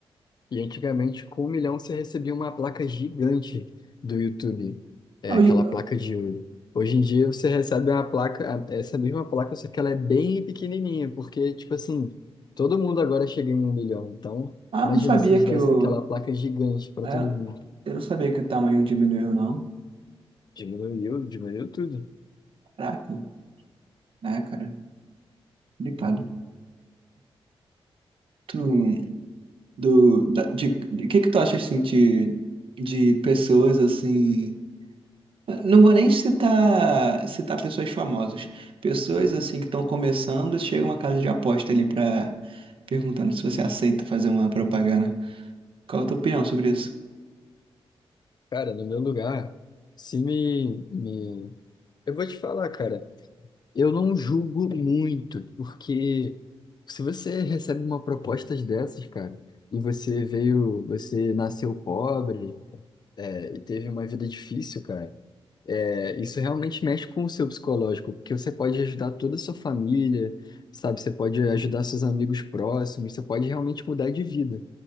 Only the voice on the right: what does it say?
Ah, Hoje,
ah,
não sabia
que
o...
ah,
Eu não sabia que o tamanho diminuiu, não.
Caraca, né, cara? Complicado. Tu, do da, de, de que que tu acha assim de, de pessoas assim não vou nem citar citar pessoas famosas pessoas assim que estão começando chegam a casa de aposta ali pra perguntando se você aceita fazer uma propaganda qual a tua opinião sobre isso